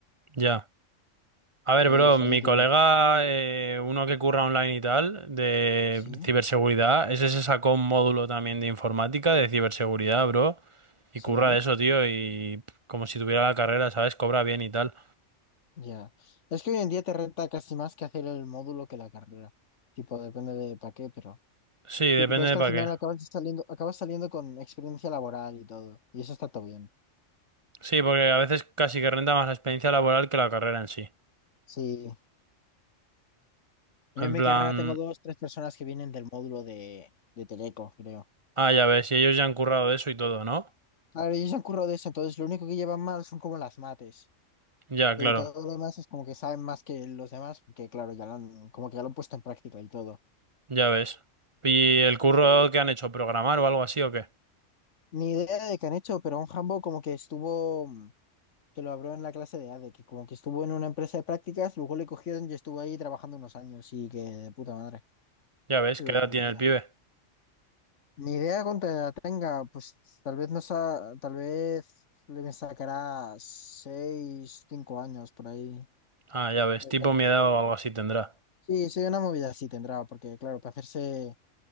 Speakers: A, on the right (about 30°); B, on the left (about 65°).
A: Ya. A ver,
B: Entonces
A: bro, mi
B: ahí digo,
A: colega, eh, uno que curra online y tal, de
B: sí,
A: ciberseguridad, ese se sacó un módulo también de informática, de ciberseguridad, bro. Y
B: sí.
A: curra de eso, tío, y pff, como si tuviera la carrera, ¿sabes? Cobra bien y tal.
B: Ya. Es que hoy en día te renta casi más que hacer el módulo que la carrera. Tipo, depende de para qué, pero.
A: Sí, depende
B: Tipo, es
A: de
B: que
A: para
B: al final
A: qué.
B: acabas saliendo, acabas saliendo con experiencia laboral y todo. Y eso está todo bien.
A: Sí, porque a veces casi que renta más la experiencia laboral que la carrera en sí.
B: Sí. Yo en
A: En
B: mi
A: plan,
B: carrera tengo dos, tres personas que vienen del módulo de, de Teleco, creo.
A: ah, ya ves, y ellos ya han currado de eso y todo, ¿no?
B: Claro, ellos se han currado de eso, entonces lo único que llevan mal son como las mates.
A: Ya, claro,
B: Y todo lo demás es como que saben más que los demás, porque claro, ya lo han, como que ya lo han puesto en práctica y todo.
A: ya ves. ¿Y el curro que han hecho? ¿Programar o algo así o qué?
B: Ni idea de qué han hecho, pero un Hambo como que estuvo. que lo habló en la clase de A ADE, que como que estuvo en una empresa de prácticas, luego le cogieron y estuvo ahí trabajando unos años y que de puta madre.
A: Ya ves,
B: Pero
A: ¿qué edad
B: ni
A: tiene
B: idea.
A: el pibe?
B: Ni idea cuánto edad tenga, pues tal vez no sa- tal vez le sacará seis, cinco años por ahí.
A: Ah, ya ves,
B: Eh,
A: tipo
B: Tal vez
A: mi edad
B: esté cuerda.
A: o algo así tendrá.
B: Sí, sí, una movida sí tendrá, porque claro, para hacerse